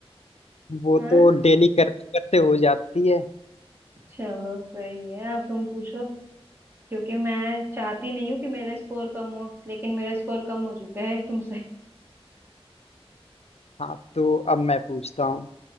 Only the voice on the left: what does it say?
वो
तो डेली करते करते हो जाती है
हाँ तो अब मैं पूछता हूँ